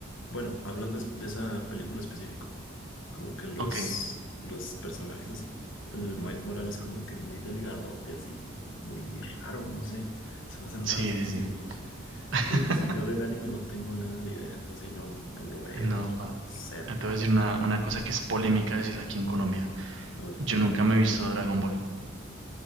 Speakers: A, on the left; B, on the right.
A: bueno, hablando es- de esa película en específico. como que los,
B: Ok.
A: los personajes así, el Miles Morales como que muy delgadote, así muy raro, no sé, se me hacen
B: Sí,
A: raros esos
B: sí, sí.
A: dibujos.
B: <laughs>
A: Sí, sí, sí, yo del anime no tengo nada de idea, eso sí, no, no lo veo
B: No,
A: ni
B: pa.
A: cero.
B: ah, Te voy a decir una, una cosa que es polémica decirla aquí en Colombia.
A: A ver,
B: Yo nunca me he visto Dragon Ball.